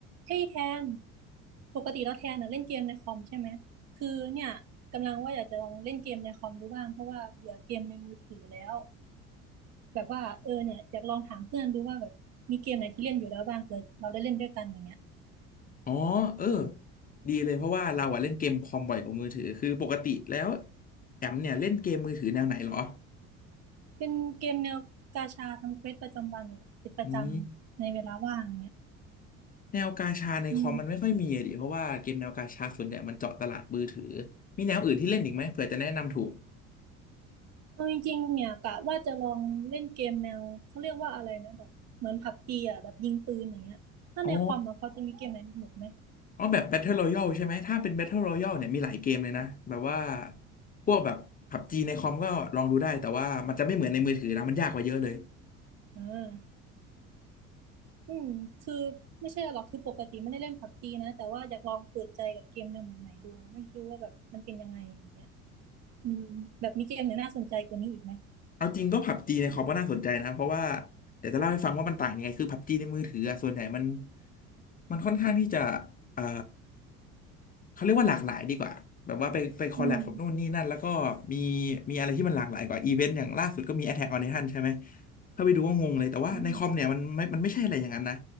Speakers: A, on the right; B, on the left.
A: เฮ้ยแทนปกติแล้วแทนน่ะเล่นเกมในคอมใช่ไหมคือเนี่ยกำลังว่าอยากจะลองเล่นเกมในคอมดูบ้างเพราะว่าเบื่อเกมในมือถือแล้วแบบว่าเออเนี่ยอยากลองถามเพื่อนดูว่าแบบมีเกมไหนที่เล่นอยู่แล้วบ้างเผื่อเราได้เล่นด้วยกันอย่างเงี้ย
B: อ๋อเออดีเลยเพราะว่าเราอะเล่นเกมคอมบ่อยกว่ามือถือคือปกติแล้วแอมเนี่ยเล่นเกมมือถือแนวไหนเหรอ
A: เป็นเกมแนวกาชาทำเควสประจำวันแบบเป็นประจำในเวลาว่างอย่างเงี้ย
B: อืมแนวกาชาในคอมมันไม่ค่อยมีอะดิเพราะว่าเกมแนวกาชาส่วนใหญ่มันเจาะตลาดมือถือ
A: อืม
B: มีแนวอื่นที่เล่นอีกไหมเผื่อจะแนะนำถูก
A: เอาจริงๆเนี่ยกะว่าจะลองเล่นเกมแนวเขาเรียกว่าอะไรนะแบบเหมือนผับจีอ่ะแบบยิงปืนอย่างเงี้ยถ้าในคอมอ่ะพอจะมีเกมไหนสนุกไหม
B: อ๋ออ๋อแบบ Battle Royale ใช่ไหมถ้าเป็น Battle Royale เนี่ยมีหลายเกมเลยนะแบบว่า
A: อืม
B: พวกแบบพับจีในคอมก็ลองดูได้แต่ว่ามันจะไม่เหมือนในมือถือนะมันยากกว่าเยอะเลย
A: เออ อืมคือไม่ใช่หรอกคือปกติไม่ได้เล่นพับจีนะแต่ว่าอยากลองเปิดใจกับเกมแนวใหม่ๆดู ไม่รู้ว่าแบบมันเป็นยังไงอย่างเงี้ยอืมแบบมีเกมไหนน่าสนใจกว่านี้อีกไหม
B: เอาจริงก็ผับจีในคอมก็น่าสนใจนะเพราะว่าเดี๋ยวจะเล่าให้ฟังว่ามันต่างยังไงคือผับจีในมือถืออะส่วนใหญ่มันมันค่อนข้างที่จะเอ่อเขาเรียกว่าหลากหลายดีกว่าแบบว่าไปไปคอลแลบกับนู่นนี่นั่นแล้วก็มี
A: อืม
B: มีอะไรที่มันหลากหลายกว่าอีเวนต์อย่างล่าสุดก็มี Attack on Titan ใช่ไหมเข้าไปดูก็งงเลยแต่ว่าในคอมเนี่ยมันไม่มันไม่ใช่อะไรอย่างนั้นนะ
A: อ่า